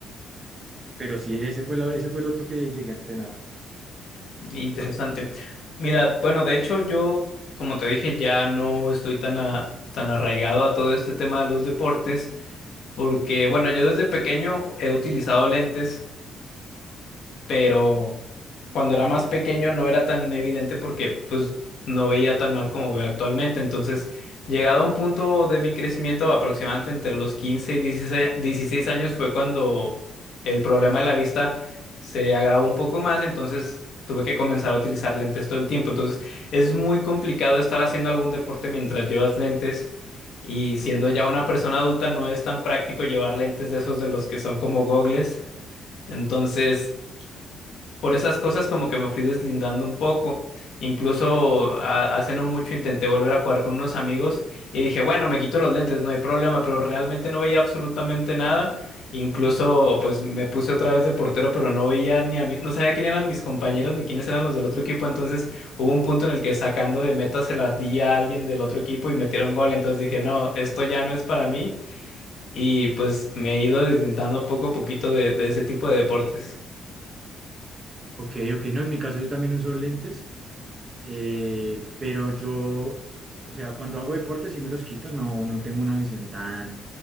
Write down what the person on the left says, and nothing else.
Interesante. Mira, bueno, de hecho yo, como te dije, ya no estoy tan, a- tan arraigado a todo este tema de los deportes, porque, bueno, yo desde pequeño he utilizado lentes pero cuando era más pequeño no era tan evidente porque pues no veía tan mal como veo actualmente. Entonces, llegado a un punto de mi crecimiento aproximadamente entre los 15 y dieciséis dieciséis años fue cuando el problema de la vista se agravó un poco más, entonces tuve que comenzar a utilizar lentes todo el tiempo. Entonces, es muy complicado estar haciendo algún deporte mientras llevas lentes. Y siendo ya una persona adulta, no es tan práctico llevar lentes de esos de los que son como gogles. Entonces, por esas cosas como que me fui deslindando un poco. Incluso a- hace no mucho intenté volver a jugar con unos amigos y dije, bueno, me quito los lentes, no hay problema, pero realmente no veía absolutamente nada. Incluso pues me puse otra vez de portero, pero no veía ni a mí, no sabía quién eran mis compañeros ni quiénes eran los del otro equipo. Entonces hubo un punto en el que sacando de meta se la di a alguien del otro equipo y metieron gol. Entonces dije, no, esto ya no es para mí. Y pues me he ido deslindando poco a poquito de de ese tipo de deportes.